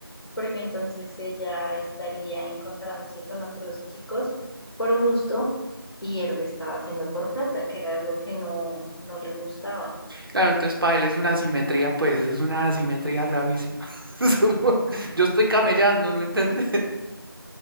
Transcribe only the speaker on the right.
Claro, entonces para él es una asimetría, pues es una asimetría gravísima. <laughs> Es como, Yo estoy camellando, ¿no entendés?